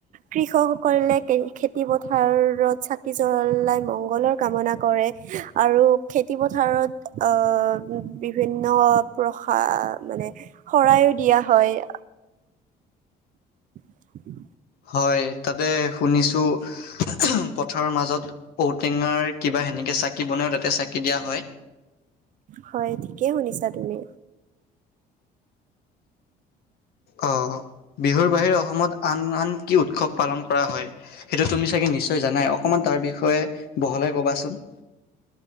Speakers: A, on the right; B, on the left.
A: কৃষকসকলে খেতি পথাৰত চাকি জলাই মংগলৰ কামনা কৰে আৰু খেতি পথাৰত আহ বিভিন্ন প্ৰসাৰ মানে শৰাইও দিয়া হয় উম
B: হয় তাতে শুনিছোঁ উমহ পথাৰৰ মাজত ঔটেঙাৰ কিবা সেনেকে চাকি বনাইও তাতে চাকি দিয়া হয়
A: হয় ঠিকেই শুনিছা তুমি
B: আহ বিহুৰ বাহিৰে অসমত আন আন কি উৎসৱ পালন কৰা হয় সেইটো তুমি চাগে নিশ্চয় জানাই অকণমান। তাৰ বিষয়ে বহলাই ক'বাচোন